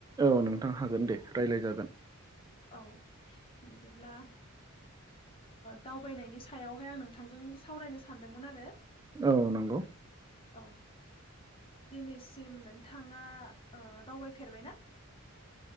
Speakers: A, on the right; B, on the left.
A: औ नोंथां हागोन दे रायज्लाय जागोन।
B: औ बिदिब्ला दावबायनायनि सायावहाय आं नोंथांजों सावरायनो सानदोंमोन आरो।
A: औ नंगौ
B: औ दिनैसिम सिम नोंथाङा दावबायफेरबाय ना?